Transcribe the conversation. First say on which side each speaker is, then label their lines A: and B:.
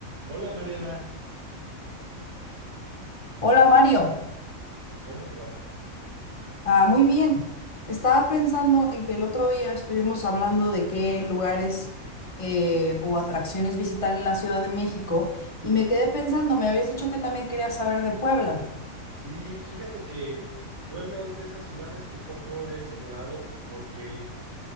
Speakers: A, on the right; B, on the left.
A: Hola Mariana,
B: Hola Mario,
A: ¿cómo te va?
B: ah, muy bien. Estaba pensando en que el otro día estuvimos hablando de qué lugares eh, o atracciones visitar en la Ciudad de México y me quedé pensando, me habías dicho que también querías saber de Puebla.
A: Sí, fíjate que Puebla es de esas ciudades que poco he explorado porque